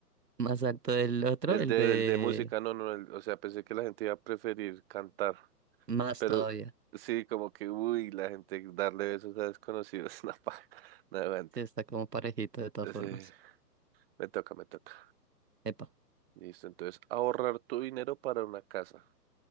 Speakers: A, on the right; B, on the right.
A: Más alto del otro,
B: el
A: el
B: de,
A: de
B: el de música, no, no, el- o sea, pensé que la gente iba a preferir cantar,
A: más
B: pero
A: todavía.
B: sí, como que, uy, la gente darle besos a desconocidos, <laughs> no, pa, no aguanta.
A: Sí, está como parejito de todas formas.
B: Sí, me toca, me toca.
A: Epa,
B: Listo, entonces, ahorrar tu dinero para una casa